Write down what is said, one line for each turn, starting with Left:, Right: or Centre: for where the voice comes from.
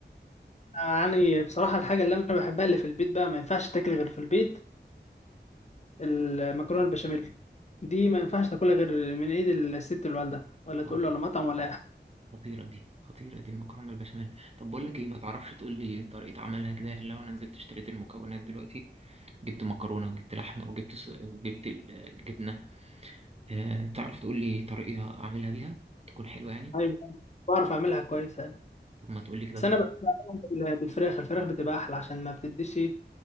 Left: يعني بصراحه الحاجه اللي انا بحبها اللي في البيت بقى ما ينفعش تاكل غير في البيت المكرونه البشاميل دي ما ينفعش تاكلها غير من ايد الست اللي والدها ولا تقول
Right: آه
Left: له ولا مطعم ولا اي حاجه
Right: خطيرة دي خطيرة دي المكرونة البشاميل طب بقول لك إيه ما تعرفش تقول لي طريقة عملها كده يعني لو أنا نزلت اشتريت المكونات دلوقتي جبت مكرونة وجبت لحمة وجبت س- وجبت ال- الجبنة آه تعرف تقول لي طريقة أعملها بيها تكون حلوة يعني؟
Left: ايوه بعرف اعملها كويس انا
Right: طب ما تقولي كده
Left: بس انا بحب اعملها بال- بالفراخ الفراخ بتبقى احلى عشان ما بتديش إيه،